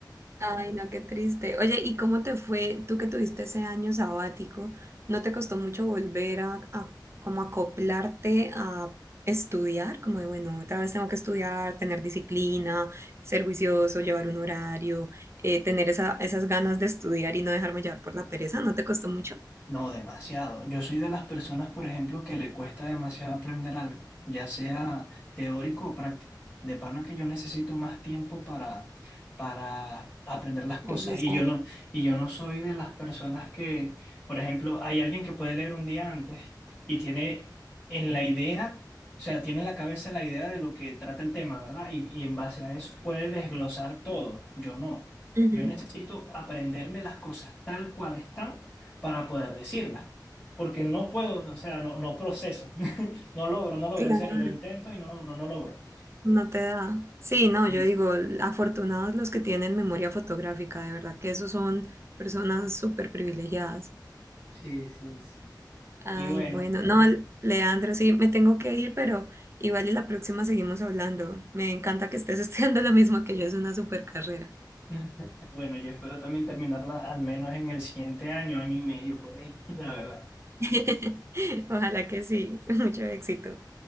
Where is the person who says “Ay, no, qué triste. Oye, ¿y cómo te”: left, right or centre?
Right